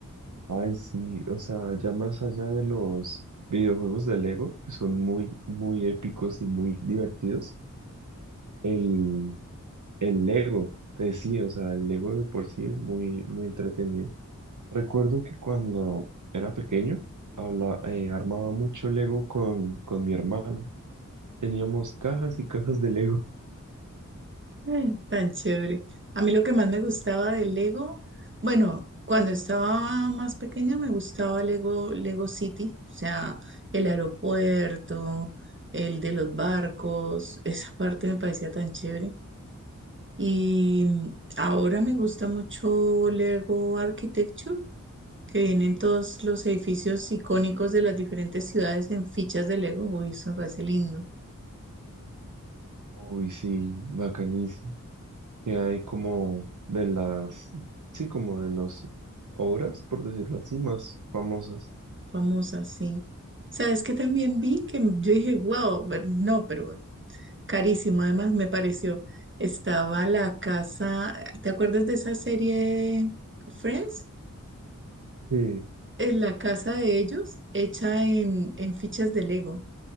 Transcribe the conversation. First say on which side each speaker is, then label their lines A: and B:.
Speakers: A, on the right; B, on the right.
A: Ay, sí, o sea, ya más allá de los videojuegos de Lego, que son muy, muy épicos y muy divertidos, el, el Lego, eh, sí, o sea, el Lego de por sí es muy, muy entretenido. Recuerdo que cuando era pequeño, habla, eh, armaba mucho Lego con, con mi hermano. Teníamos cajas y cajas de Lego.
B: <laughs> Tan chévere. A mí lo que más me gustaba del Lego, bueno, cuando estaba más pequeña me gustaba Lego, Lego City, o sea, el aeropuerto, el de los barcos, <laughs> esa parte me parecía tan chévere. Y ahora me gusta mucho Lego Architecture, que vienen todos los edificios icónicos de las diferentes ciudades en fichas de Lego. Uy, eso me parece lindo.
A: Uy, sí, bacanísimo. Que hay como de las, sí, como de las obras, por decirlo así, más famosas.
B: famosa, sí. Sabes que también vi que yo dije, wow, pero no, pero carísimo. Además, me pareció, estaba la casa, ¿te acuerdas de esa serie Friends?
A: Sí,
B: Es la casa de ellos hecha en, en fichas de Lego.